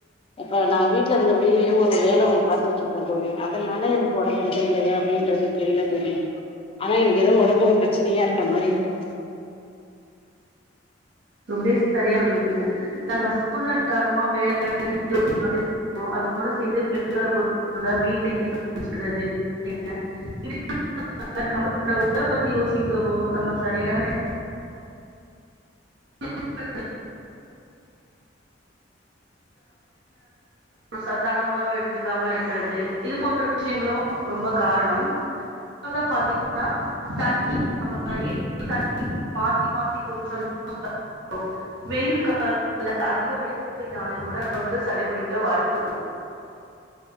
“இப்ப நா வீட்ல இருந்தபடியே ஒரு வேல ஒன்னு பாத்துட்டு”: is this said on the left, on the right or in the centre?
Left